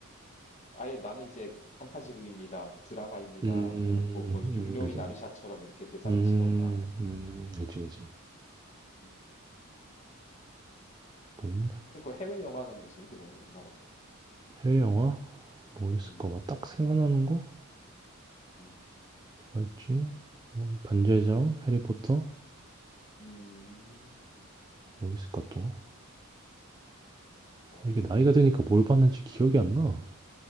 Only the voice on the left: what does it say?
아예 나는 이제 판타지극입니다. 드라마입니다라고
해놓고 뭐 육룡이
나르샤처럼
이렇게 대사를
치던가.
음, 음.
그리 해외 영화는 뭐 재밌게 본 거 있나 너는?
음,
음,
음,
어,